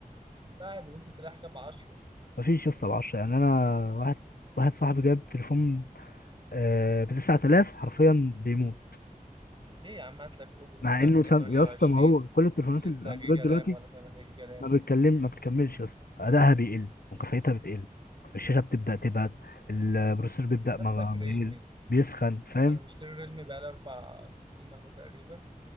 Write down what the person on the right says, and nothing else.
لا عادي ممكن تريح كام 10
ليه يا عم هات لك اوبو
مثلا
128
6
جيجا
رام ولا 8 جيجا رام
هات لك ريلمي
انا مشتري ريلمي بقالي اربع سنين اهو تقريبا